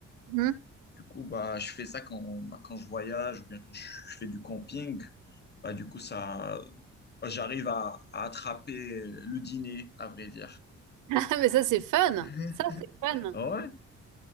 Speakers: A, on the right; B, on the left.
A: Mmh. <laughs>
B: Du coup, bah, je fais ça quand, bah, quand je voyage ou bien quand je fais du camping. Bah, du coup, ça, j'arrive à, à attraper le dîner, à vrai dire.
A: Ah mais ça, c'est fun!
B: <laughs>
A: Ça, c'est fun!
B: Ouais,